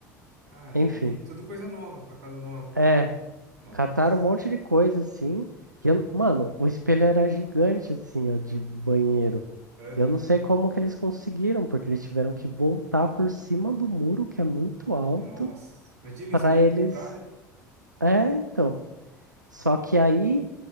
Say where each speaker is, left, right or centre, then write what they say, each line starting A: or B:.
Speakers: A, on the right; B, on the right.
A: Caramba.
B: enfim.
A: E tudo coisa nova, pra casa nova.
B: É,
A: Nossa.
B: cataram um monte de coisa assim. E eu- mano, o espelho era gigante assim, ó, de banheiro.
A: Aham.
B: Eu não sei como que eles conseguiram, porque eles tiveram que voltar por cima do muro, que é muito alto,
A: Nossa. Imagina
B: para
A: espelho
B: eles
A: frágil.
B: é, então, Só que aí,